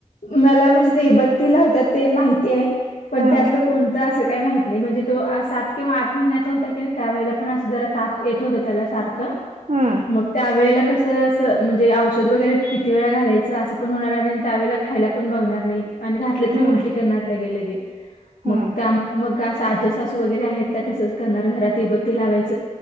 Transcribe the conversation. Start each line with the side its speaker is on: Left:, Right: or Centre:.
Left: मला म्हणजे देबत्ती लावतात ते माहिती आहे पण
Right: हम्म.
Left: त्यातलं कोणतं असं काय माहत नाही म्हणजे तो सात किंवा आठ महिन्याचा होता की नाही त्यावेळेला पण असं जरा ताप येत होत त्याला सारखं
Right: हम्म.
Left: मग त्या वेळेला कस अस म्हणजे औषध वगैरे किती वेळा घालायचं असं पण होणार आणि त्यावेेळेला खायला पण बघणार नाही आणि घातलं तरी
Right: हम्म.
Left: उलटी करणार लगे लगे
Right: हम्म.
Left: मग त्यामुळे मग असं आज सासू वगैरे आहेत त्या तसंच घरात लावायच